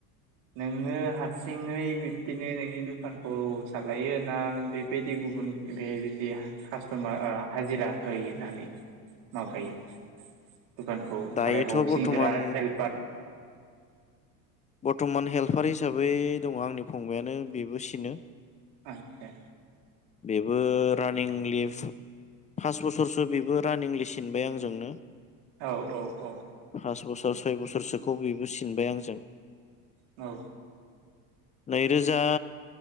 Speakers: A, on the right; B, on the left.
A: नोङो हारसिङै बिब्दिनो नोंनि दुखानखौ सालायो ना बेबायदि गुबुन बेबायदि कास्ट'मार ओ हाजिरा होयो होननानै माबायो दुखानखौ
B: दायोथ'
A: सालायबावो
B: बर्थमान
A: सिंग्रा हेल्प
B: बर्थ'मान हेल्पार हिसाबै दङ आंनि फंबायाइानो बेबो सिनो
A: आतसा
B: बेबो रानिं लिभ फास बोसोरसो बेबो रानिंलि सिनबाय आंजोंनो।
A: औ औ औ
B: पास बोसोर सय बोसोरसोखौ बेबो सिनबाय आंजों
A: औ
B: नैरोजा